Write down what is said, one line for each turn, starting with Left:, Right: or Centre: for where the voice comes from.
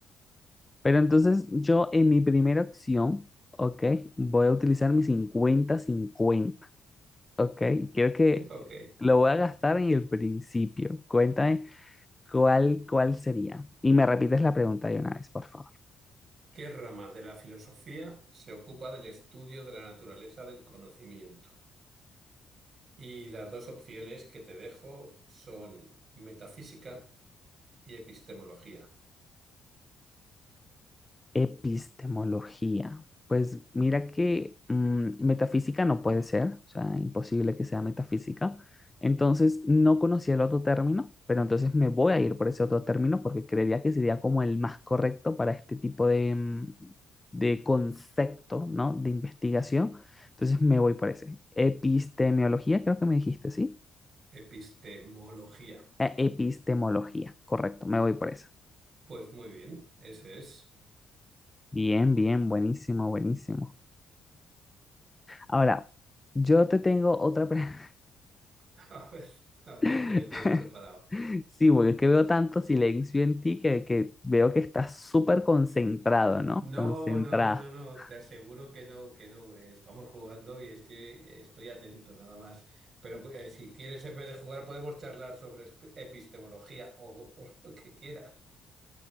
Left: Pero entonces yo en mi primera opción, ok, voy a utilizar mi cincuenta-cincuenta, ok. Quiero que
Right: <laughs> Ok.
Left: lo voy a gastar en el principio. Cuéntame cuál, cuál sería. Y me repites la pregunta de una vez, por favor.
Right: ¿Qué rama de la filosofía se ocupa del estudio de la naturaleza del conocimiento? Y las dos opciones que te dejo son metafísica y epistemología.
Left: Epistemología. Pues mira que mm, metafísica no puede ser, o sea, imposible que sea metafísica. Entonces no conocía el otro término, pero entonces me voy a ir por ese otro término porque creería que sería como el más correcto para este tipo de, mm, de concepto, ¿no? De investigación. Entonces me voy por ese. Epistemología, creo que me dijiste, ¿sí?
Right: Epistemología.
Left: Eh, Epistemología, correcto, me voy por esa.
Right: Pues muy bien, ese es.
Left: Bien, bien, buenísimo, buenísimo. Ahora, yo te tengo otra pregunta.
Right: <laughs> A ver, a ver
Left: <laughs>
Right: qué me tienes preparado.
Left: Sí, porque es que veo tanto silencio en ti que, que veo que estás súper concentrado,
Right: No,
Left: ¿no? Concentrado.
Right: no, no, no, no,
Left: <laughs>
Right: te aseguro que no, que no. Eh, Estamos jugando y estoy, estoy atento nada más. Pero eh, si quieres, en vez de jugar, podemos charlar sobre esp- epistemología o o lo que quieras.